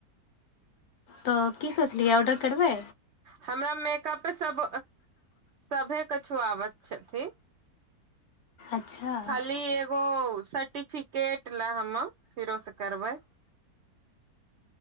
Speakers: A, on the left; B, on the right.
A: तऽ की सोचलियै ऑर्डर करबै?
B: हमरा मेकअपे सब, सभे कछुआबत छथि।
A: अच्छा
B: खाली एगो सर्टिफिकेट लै हम फेरो से करबै।